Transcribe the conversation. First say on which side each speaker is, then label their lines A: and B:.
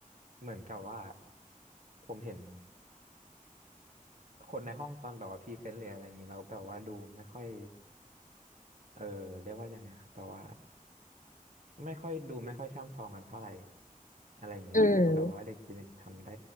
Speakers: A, on the right; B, on the left.
A: เหมือนกับว่าผมเห็นคนในห้องตอนแบบว่าพรีเซนต์หรืออะไรอย่างนี้แล้วแบบว่าดูไม่ค่อยเออเรียกว่ายังไงครับแบบว่าไม่ค่อยดูไม่ค่อยช่ำชองกันเท่าไหร่อะไรอย่างนี้รู้สึกว่าแบบว่าเด็กปีหนึ่งทำได้
B: อืม